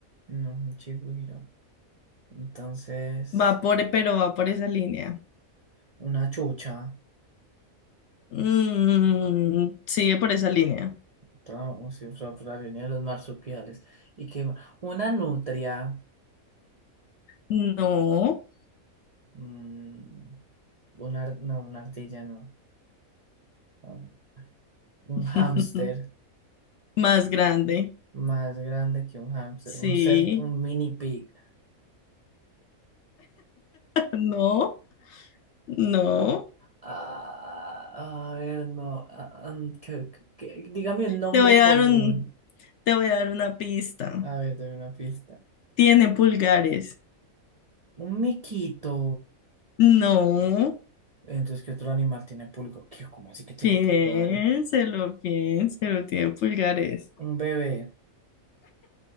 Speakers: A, on the right; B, on the left.
A: No, un chigüiro. Entonces,
B: va por, pero va por esa línea.
A: una chucha,
B: Mm, sigue por esa línea.
A: tra- o sea, fra- fra- venía de los marsupiales. ¿Y qué más? Una nutria,
B: No,
A: mm, una, ar- no, una ardilla, no. no, Un
B: <laughs>
A: hámster,
B: más grande.
A: más grande que un hámster,
B: Sí,
A: un ser, un mini pig.
B: no, no.
A: Ah, a ver, no. ah, ah, que- que- que- dígame un nombre
B: Te voy a
A: común.
B: dar un, te voy a dar una pista.
A: A ver, dame una pista.
B: Tiene pulgares.
A: Un miquito.
B: No.
A: Entonces, ¿qué otro animal tiene pulga? ¿Qué? ¿Cómo así que tiene
B: Piénselo,
A: pulgares?
B: piénselo, tiene pulgares.
A: Un bebé.